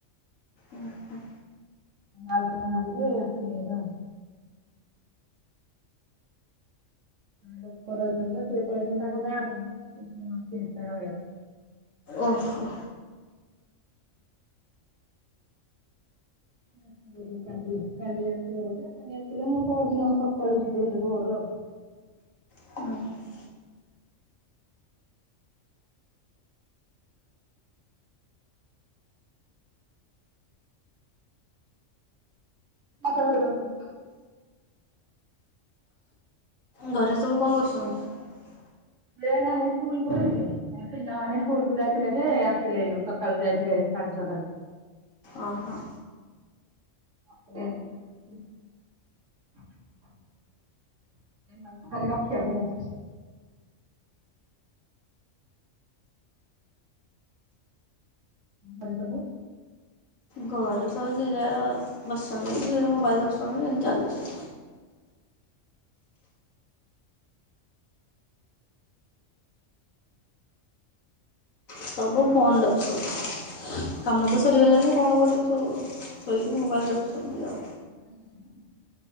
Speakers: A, on the left; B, on the right.
A: ଉଁ ହୁଁ।
B: <unintelligible> ଲୋକ ରହିଛନ୍ତି ତ ସିଏ ପଳେଇଛନ୍ତି ତାଙ୍କ ଗାଁକୁ ମୁଁ ଏଠି ଏକା ରହିଅଛି।
A: ଓ ହୋ।
B: <inaudible> କାଲି କାଲି ଆସିବ ବୋଧେ? କାଲି ଆସିଲେ ମୁଁ ପଅରଦିନ ସକାଳୁ ଯିବି ହେରି ଭୋରୁ ଆଉ।
A: <inaudible>
B: <inaudible> ଘରକୁ ଆସ।
A: ଘରେ ସବୁ କଣ କରୁଛନ୍ତି?
B: ପିଲା ମାନେ ସ୍କୁଲ୍ ପଳେଇଥିଲେ ପିଲାମାନେ ସ୍କୁଲ କୁ ଯାଇଥିଲେ ଯେ ଆସିଲେ ଏଇନୁ ସକାଳୁ ଯାଇଥିଲେ ଏ ସାଢେ ଛଅଟାରୁ।
A: ଓ ହୋ।
B: <inaudible> <inaudible> ଖାଲି ରଖିବା ପାଇଁକା। ଘରେ ସବୁ
A: ଘରେ ସହୁୁ ଯିଏ ଯାର ବସିସନ୍ତି କିଏ ମୋବାଇଲ୍ ଦେଖୁସନ୍ତି ଏମିତି ଚାଲିଛି। ସବୁ ଫୋନ୍ ଦେଖୁଚନ୍ତୀ କାମ ତ ସରିଗଲାଣି। କଣ କରିବେ ସବୁ ସୋଇକି ମୋବାଇଲ୍ ଦେଖୁଚନ୍ତି ଆଉ।
B: <unintelligible>